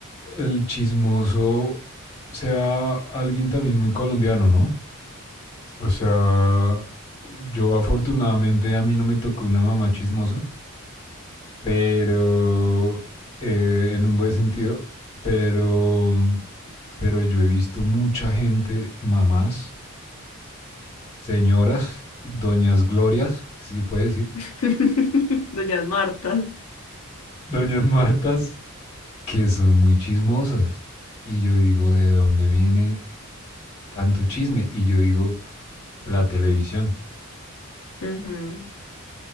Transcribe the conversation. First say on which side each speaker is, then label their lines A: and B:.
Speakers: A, on the left; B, on the left.
A: el chismoso sea alguien también muy colombiano, ¿no? O sea, yo afortunadamente a mí no me tocó una mamá chismosa, pero eh, en un buen sentido, pero, pero yo he visto mucha gente, mamás, señoras, doñas Glorias, si se puede decir,
B: <laughs> Doñas Martas.
A: doñas Martas que son muy chismosas. Y yo digo, ¿de dónde viene tanto chisme? Y yo digo, la televisión,
B: Ujú.